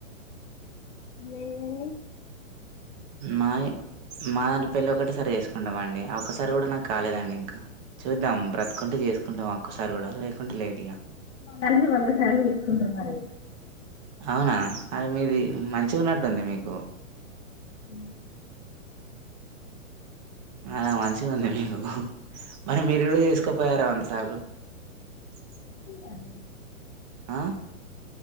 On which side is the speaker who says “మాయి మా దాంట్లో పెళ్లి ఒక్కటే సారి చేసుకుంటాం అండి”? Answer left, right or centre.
Right